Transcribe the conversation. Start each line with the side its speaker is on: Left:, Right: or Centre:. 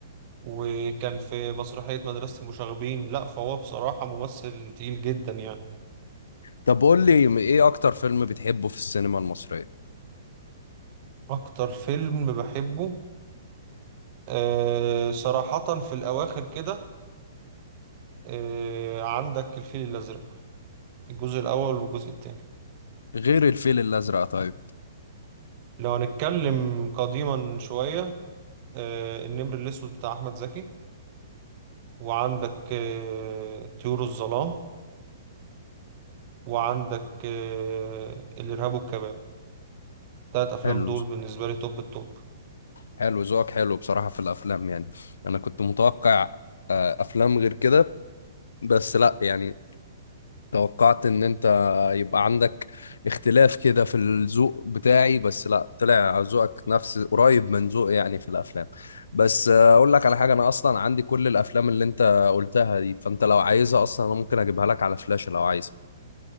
Right: وكان في مسرحية مدرسة المشاغبين لا فهو بصراحة ممثل تقيل جدا يعني
Left: طب قول لي إيه أكتر فيلم بتحبه في السينما المصرية
Right: اكتر فيلم بحبه آه، صراحة في الاواخر كده آه، عندك الفيل الازرق الجزء الاول والجزء التاني
Left: غير الفيل الأزرق طيب
Right: لو هنتكلم قديما شوية آه، النمر الأسود بتاع أحمد زكي وعندك آه، طيور الظلام وعندك آه، الإرهاب والكباب تلات أفلام
Left: حلو
Right: دول بالنسبة لي توب التوب
Left: حلو ذوقك حلو بصراحة في الأفلام يعني أنا كنت متوقع آه، أفلام غير كده بس لأ يعني توقعت إن أنت يبقى عندك اختلاف كده في الذوق بتاعي بس لأ طلع ذوقك نفس قريب من ذوقي يعني في الأفلام بس آه، أقول لك على حاجة أنا أصلا عندي كل الأفلام اللي أنت قلتها دي فأنت لو عايزها أصلا أنا ممكن أجيبها لك على فلاشة لو عايز